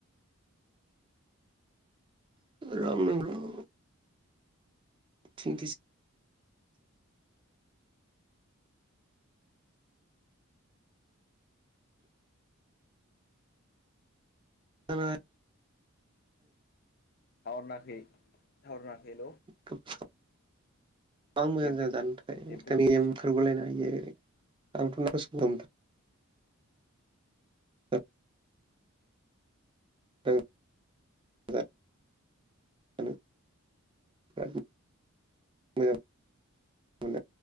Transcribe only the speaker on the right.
<unintelligible> थिन खिजि <unintelligible>
गोबां मोजां
जादों जानो थाखाय
दा
बेनि थारगलायनो हायो आंथ' <unintelligible> सम <unintelligible> <unintelligible> मोनो